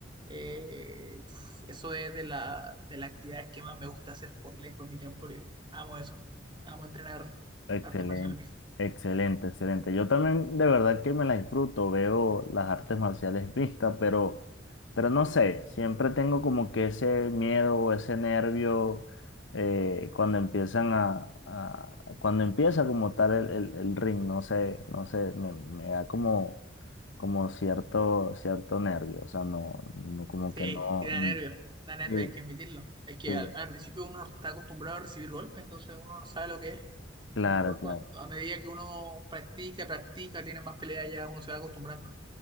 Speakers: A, on the right; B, on the left.
A: eh, uf, eso es de la, de las actividades que más me gusta hacer por lejos en mi tiempo libre. Amo eso. Amo entrenar
B: Excelente,
A: arte marcial mixta.
B: excelente, excelente. Yo también de verdad que me la disfruto, veo las artes marciales mixtas, pero, pero no sé, siempre tengo como que ese miedo o ese nervio eh, cuando empiezan a, a- cuando empieza como tal el, el, el ring, no sé, no sé, me, me da como, como cierto, cierto nervio, o sea, no, no como
A: Sí,
B: que no,
A: y da nervio Da nervio
B: sí,
A: hay que admitirlo. Es que
B: sí,
A: al, al principio uno no está acostumbrado a recibir golpes, entonces uno no sabe lo que es.
B: claro,
A: Después,
B: claro.
A: cuando, a medida que uno practica, practica, tiene más peleas, ya uno se va acostumbrando.